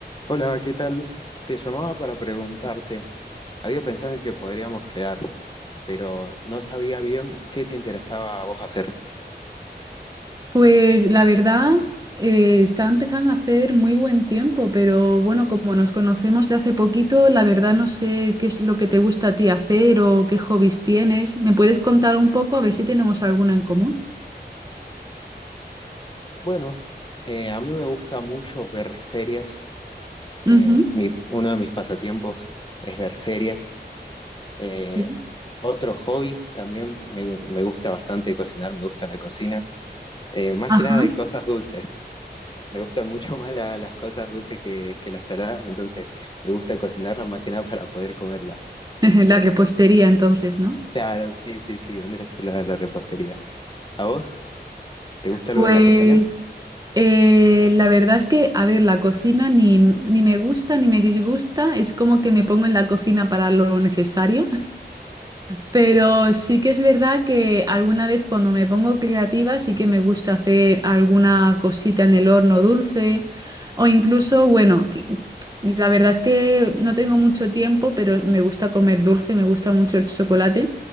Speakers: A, on the left; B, on the right.
A: Hola, ¿qué tal? Te llamaba para preguntarte. Había pensado en que podríamos quedar, pero no sabía bien qué te interesaba a vos hacer.
B: Pues la verdad, eh, está empezando a hacer muy buen tiempo, pero bueno, como nos conocemos de hace poquito, la verdad no sé qué es lo que te gusta a ti hacer o qué hobbies tienes. ¿Me puedes contar un poco a ver si tenemos alguno en común?
A: Bueno, eh, a mí me gusta mucho ver series. eh,
B: Ujú.
A: mi- uno de mis pasatiempos es ver series. Eh,
B: Sí.
A: otro hobby también me, me gusta bastante cocinar, me gusta la cocina. Eh, más
B: Ajá.
A: que nada de cosas dulces. Me gustan mucho <laughs> más la- las cosas dulces que, que las saladas, entonces me gusta cocinarlas más que nada para poder comerlas.
B: <laughs>
A: eh,
B: La repostería entonces, ¿no?
A: Claro, sí, sí, sí, vendría a ser la, la repostería. ¿A vos? ¿Te gusta
B: Pues
A: algo de la cocina?
B: eh, la verdad es que, a ver, la cocina ni, ni me gusta ni me disgusta, es como que me pongo en la cocina para lo necesario. Pero sí que es verdad que alguna vez cuando me pongo creativa sí que me gusta hacer alguna cosita en el horno dulce o incluso, bueno, qui- la verdad es que no tengo mucho tiempo, pero me gusta comer dulce, me gusta mucho el chocolate.